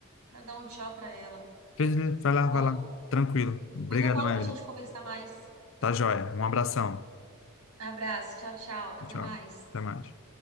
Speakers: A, on the right; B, on the left.
A: pra dar um tchau pra ela,
B: Beleza, Vai
A: tá
B: lá,
A: bom?
B: vai lá. Tranquilo.
A: Depois
B: Obrigadão,
A: eu volto
B: Evelyn.
A: pra gente conversar mais.
B: Tá joia. Um abração.
A: Abraço, tchau, tchau, até
B: Tchau.
A: mais.
B: Até mais.